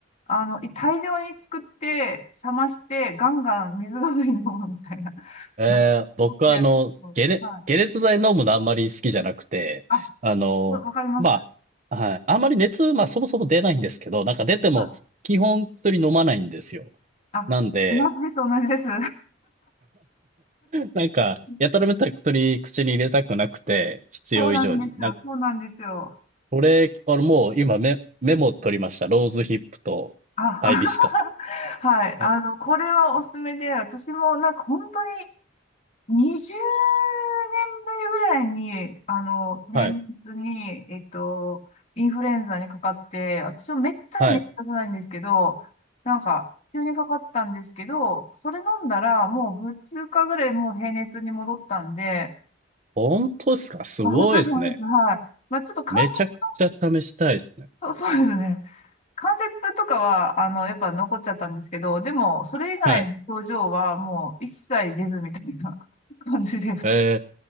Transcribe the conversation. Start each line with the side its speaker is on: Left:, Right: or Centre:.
Left: あの、い大量に作って、冷まして、ガンガン水代わりに飲むみたいな。
Right: ええ僕はあの、
Left: <laughs> 取ってやるとはい。
Right: 解熱、解熱剤飲むのあんまり好きじゃなくて、
Left: あ、
Right: あの、
Left: わわかります。
Right: まあ、はい、あんまり熱、まあそもそも出ないんですけど、なんか出ても基本薬飲まないんですよ。
Left: はい。あ、
Right: なんで、
Left: 同じです、同じです。
Right: なんか、
Left: <laughs>
Right: やたらめったら薬口に入れたくなくて、必要以上に。
Left: そうなんですよ、
Right: なん
Left: そうなんですよ。
Right: これ、あの、もう今メ、メモ取りました。ローズヒップとハイビスカス。
Left: あ、<laughs> はい。
Right: あ
Left: あの、これはおすすめで、私もなんか本当に20年ぶりぐらいに、あの、年末に、
Right: はい。
Left: えっと、インフルエンザにかかって、私もめったに熱出さないんですけど、
Right: はい。
Left: なんか、急にかかったんですけど、それ飲んだら、もう2日ぐらいもう平熱に戻ったんで、
Right: 本当ですかすごいですね。
Left: あ、本当です、本当です、はい。まあ、ちょっと関節、
Right: めちゃくちゃ試したいですね。
Left: そう、そうですね。関節痛とかは、あの、やっぱ残っちゃったんですけど、でも、それ以外の症状はもう一切出ずみたいな
Right: はい。
Left: <laughs> 感じで、普通
Right: え